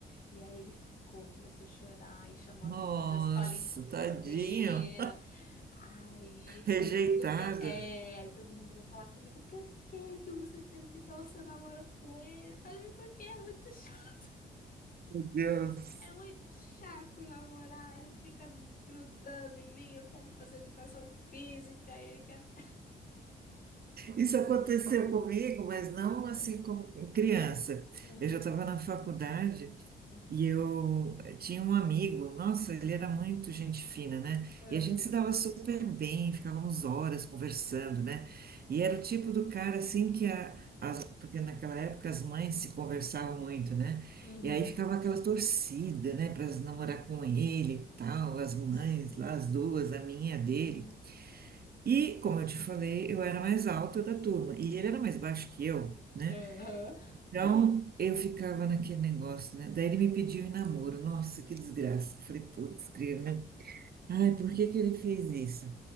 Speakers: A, on the left; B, on the right.
A: E aí ele ficou, começou a chorar e chamou
B: Nossa,
A: a atenção da escola inteira.
B: tadinho.
A: Aí
B: Rejeitada.
A: todo mundo veio, é, aí todo mundo veio falar comigo, por que que você terminou seu namoro com ele? Eu falei, porque é muito <laughs> chato.
B: Deus.
A: É muito chato namorar, ele fica grudando em mim, eu quero fazer educação física e ele quer ficar.
B: Isso aconteceu comigo, mas não
A: Ah,
B: assim como criança.
A: hum,
B: Eu já estava na faculdade
A: hum,
B: e eu tinha um amigo, nossa, ele era muito gente fina, né?
A: aham,
B: E a gente se dava super bem, ficávamos horas conversando, né? E era o tipo do cara assim que a, as- porque naquela época as mães
A: hum,
B: se conversavam muito, né?
A: uhum.
B: E aí ficava aquela torcida, né, para namorar com ele e tal, as mães
A: Sim.
B: lá, as duas, a minha, a dele.
A: Uhum.
B: E, como eu te falei, eu era mais alta da turma e ele era mais baixo que eu, né?
A: Aham.
B: Então,
A: <laughs>
B: eu ficava naquele negócio, né? Daí ele me pediu em namoro. Nossa, que desgraça. Falei, putz, grilo, né? Ai, por que que ele fez isso?